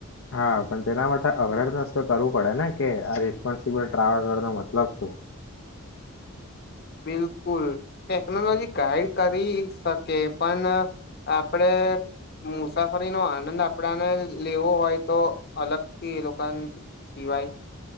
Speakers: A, on the left (about 65°); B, on the left (about 50°).
A: હા પણ તેના માટે અવેરનેસ તો કરવું પડે ને કે આ રિસ્પોન્સિબલ ટ્રાવેલર નો મતલબ શું.
B: બિલકુલ, ટેકનોલોજી ગાઈડ કરી શકે પણ આપણેે મુસાફરીનો આનંદ આપણાને લેવો હોય તો અલગથી એ લોકા સિવાય